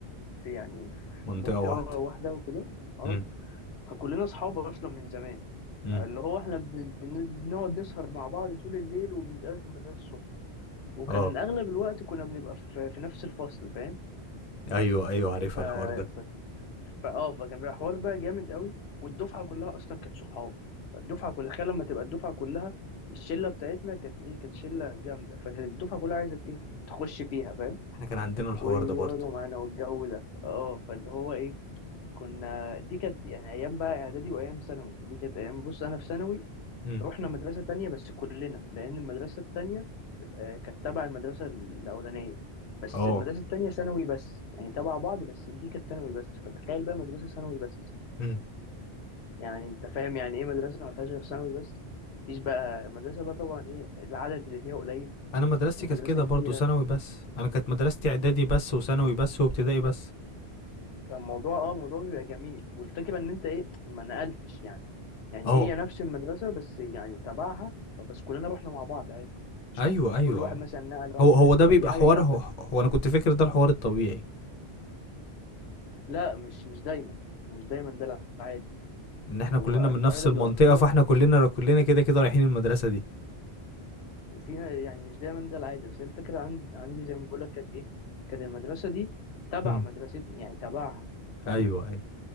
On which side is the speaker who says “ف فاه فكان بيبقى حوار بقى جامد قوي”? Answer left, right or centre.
Left